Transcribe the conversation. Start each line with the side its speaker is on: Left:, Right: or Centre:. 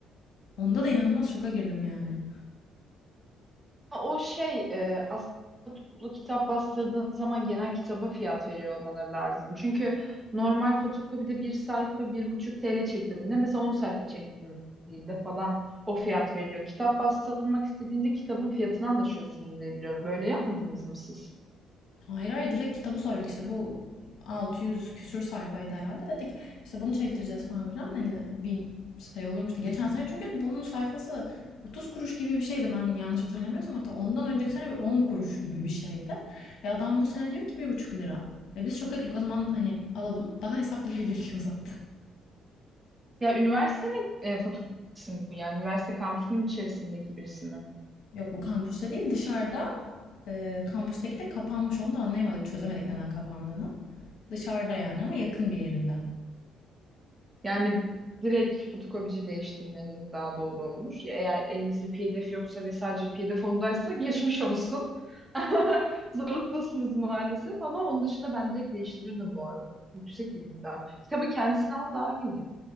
Left: Onda da inanılmaz şoka girdim yani.
Right: o şey e, aslında toplu kitap bastırdığın zaman genel kitaba fiyat veriyor olmaları lazım. Çünkü normal fotokopide bir sayfa bir buçuk TL çektirdiğinde mesela 10 sayfa çektirdiğinde falan o fiyat veriliyor. Kitap bastırmak istediğinde kitabın fiyatını anlaşıyorsunuz diye biliyorum. Böyle yapmadınız mı siz?
Left: Hayır hayır direkt kitabı söyledik işte bu 600 küsür sayfaydı herhalde dedik işte bunu çektireceğiz falan filan hani bir şey olurmuştu. Geçen sene çünkü bunun sayfası 30 kuruş gibi bir şeydi ben yanlış hatırlamıyorsam hatta ondan önceki sene bir 10 kuruş gibi bir şeydi. E adam bu sene diyor ki bir buçuk lira. E biz şoka girdik o zaman hani alalım daha hesaplıya <laughs> geliyor zaten.
Right: Ya üniversitenin e, fotokopisini yani üniversite kampüsünün içerisindeki birisi mi?
Left: Yok bu kampüste değil dışarıda e, kampüsteki de kapanmış onu da anlayamadık çözemedik neden kapandığını. Dışarıda yani ama yakın bir yerinde.
Right: Yani direkt fotokopici değiştirmeniz daha doğru olur. Ya eğer elinizde PDF yoksa ve sadece PDF ondaysa geçmiş olsun. <laughs> Zorundasınız maalesef ama onun dışında ben direkt değiştirirdim bu arada. Yüksek bir miktar. Kitabı kendisini al daha iyi.